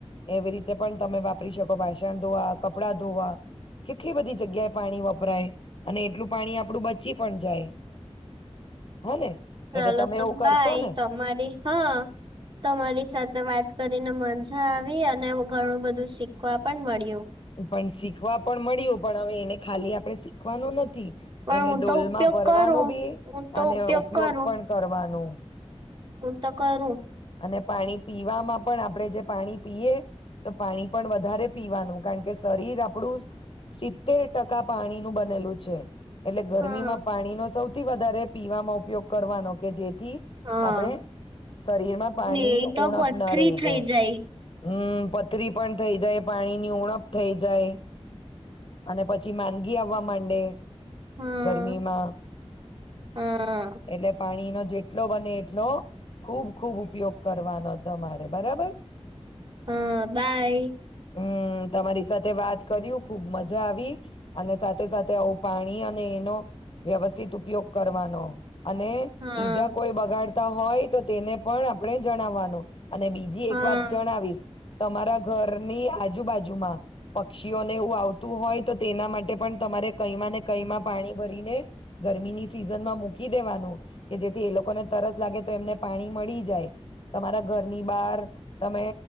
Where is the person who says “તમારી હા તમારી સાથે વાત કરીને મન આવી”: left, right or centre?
Right